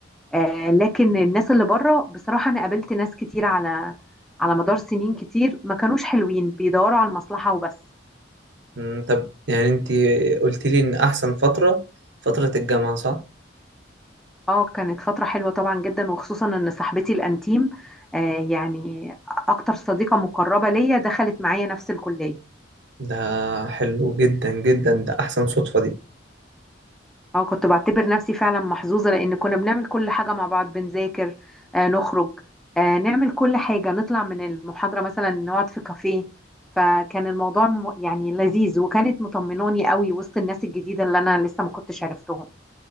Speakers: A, in the centre; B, on the right.
A: آه، لكن الناس اللي بره بصراحة أنا قابلت ناس كتير على على مدار سنين كتير ما كانوش حلوين بيدوروا على المصلحة وبس
B: أمم، طب يعني أنتي قلت لي إن أحسن فترة فترة الجامعة صح؟
A: اه كانت فترة حلوة طبعا جدا وخصوصا ان صاحبتي الانتيم آه يعني اكتر صديقة مقربة ليا دخلت معايا نفس الكلية
B: ده حلو جدا جدا ده أحسن صدفة دي
A: اه كنت بعتبر نفسي فعلا محظوظة لأن كنا بنعمل كل حاجة مع بعض بنذاكر آه نخرج آه نعمل كل حاجة نطلع من المحاضرة مثلا نقعد في كافيه فكان الموضوع م- يعني لذيذ وكانت مطمناني قوي وسط الناس الجديدة اللي أنا لسه ما كنتش عرفتهم